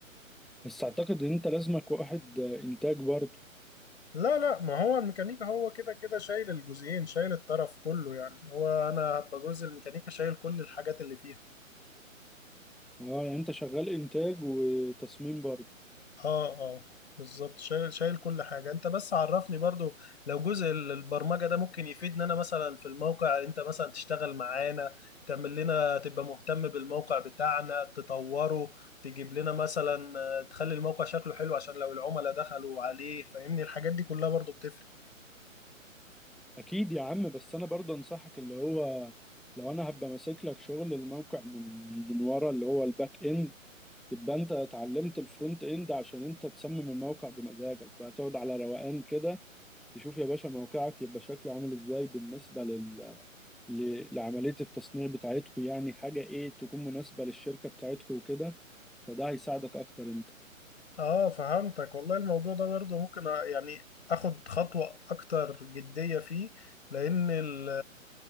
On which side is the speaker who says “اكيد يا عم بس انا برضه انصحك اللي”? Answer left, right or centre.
Centre